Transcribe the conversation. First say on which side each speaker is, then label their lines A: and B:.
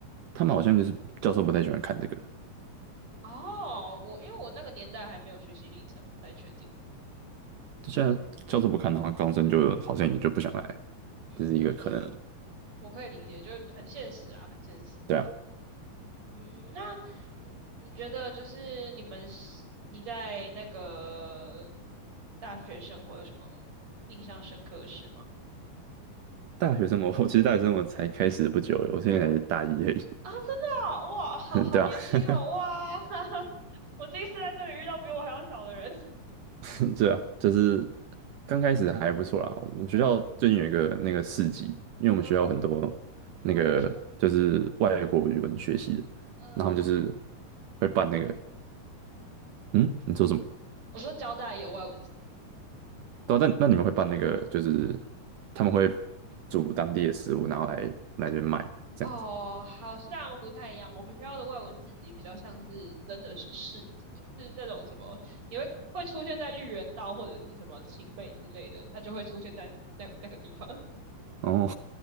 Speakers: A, on the right; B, on the right.
A: 他们好像就是教授不太喜欢看这个，
B: 哦，我因为我那个年代还没有学习历程，不太确定。
A: 就现在教授不看的话，高中生就好像也就不想来，
B: 嗯，
A: 这是一个可能了。
B: 我可以理解，就是很现实啊，很现实。
A: 对啊，
B: 嗯，那你你觉得就是你们是你在那个大学生活有什么印象深刻的事吗？
A: 大学生活，我其实大学生活才开始不久了，我现在才大一而已。
B: 啊，真的哦哇，好好年轻哦，
A: <laughs> 对啊，<laughs>
B: 哇，<laughs> 我第一次在这里遇到比我还要小的人。
A: <laughs> 对啊，就是刚开始还不错啦。我们学校最近有一个那个市集，因为我们学校很多那个就是外国语文学系的，
B: 嗯，啊，我呃，
A: 然后他们就是会办那个，嗯，你说什么？
B: 我说交大有外文。系。
A: 对啊，但那你们会办那个，就是他们会煮当地的食物，然后来来这边卖这样子。
B: 哦，好像不太一样。我们学校的外文四级比较像是真的是四级，就是那种什么，你会会出现在绿园道或者是什么晴美之类的，它就会出现在那那个地方。<laughs>
A: 哦，